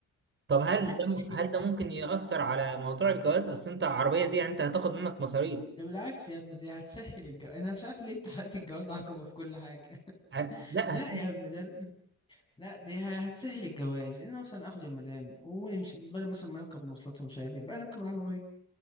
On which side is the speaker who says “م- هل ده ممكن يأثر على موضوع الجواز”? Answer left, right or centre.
Right